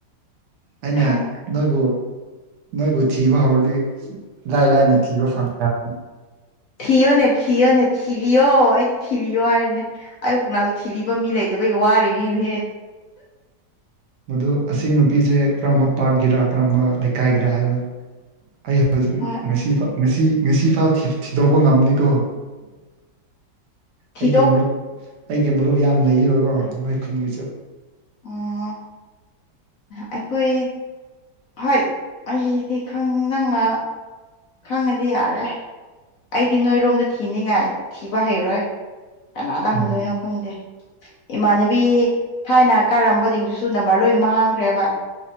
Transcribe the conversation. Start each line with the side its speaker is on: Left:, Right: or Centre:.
Right: ꯑꯩꯅ
Left: ꯈꯥꯡ
Right: ꯅꯣꯏꯕꯨ ꯅꯣꯏꯕꯨ ꯊꯤꯕ ꯍꯧꯔꯗꯤ ꯂꯥꯏ ꯂꯥꯏꯅ ꯊꯤꯕ ꯐꯪꯗꯕꯅꯤ
Left: ꯊꯤꯌꯣꯅꯦ ꯊꯤꯌꯣꯅꯦ ꯊꯤꯕꯤꯌꯣ ꯑꯩꯗꯤ ꯊꯤꯕꯤꯌꯣ ꯍꯥꯏꯔꯅꯦ ꯑꯌꯨꯕꯨꯛꯅꯥꯁꯨ ꯊꯤꯕꯤꯕ ꯃꯤ ꯂꯩꯇꯕꯒꯤ ꯋꯥꯔꯤꯅꯤꯅꯦꯍꯦ
Right: ꯃꯗꯨ ꯑꯁꯤ ꯅꯨꯄꯤꯁꯦ ꯀꯔꯝꯕ ꯄꯥꯠꯀꯤꯔꯥ ꯀꯔꯝꯕ ꯂꯩꯀꯥꯏꯒꯤꯔ ꯍꯥꯏꯕ ꯑꯩ ꯍꯧ
Left: ꯍꯣꯏ
Right: ꯉꯁꯤ ꯉꯁꯤ ꯉꯁꯤ ꯐꯥꯎ ꯊꯤꯗꯣꯛꯧꯕ ꯉꯝꯅꯤꯀꯣ
Left: ꯊꯤꯗꯣꯛ
Right: ꯑꯩꯒꯤ ꯃꯔꯨꯞ ꯑꯩꯒꯤ ꯃꯔꯨꯞ ꯌꯥꯝ ꯂꯩꯕꯀꯣ ꯅꯣꯏ ꯈꯨꯟꯒꯤꯁꯨ
Left: ꯑꯣ ꯑꯩꯈꯣꯏ ꯍꯣꯏ ꯑꯩꯗꯤ ꯈ ꯅꯪꯅ ꯈꯪꯉꯗꯤ ꯌꯥꯔꯦ ꯑꯩꯗꯤ ꯅꯣꯏꯔꯣꯝꯗ ꯊꯤꯅꯤꯡꯉꯥꯏ ꯊꯤꯕ ꯍꯩꯔꯣꯏ ꯀꯅꯥꯗ ꯍꯪꯗꯣꯏꯅꯣ
Right: ꯎꯝ
Left: ꯈꯪꯗꯦ ꯏꯃꯥꯟꯅꯕꯤ ꯊꯥꯏꯅ ꯀꯥꯔꯝꯕꯁꯤꯡꯗꯨꯁꯨ ꯅꯝꯕꯔ ꯂꯣꯏ ꯃꯥꯡꯈ꯭ꯔꯦꯕ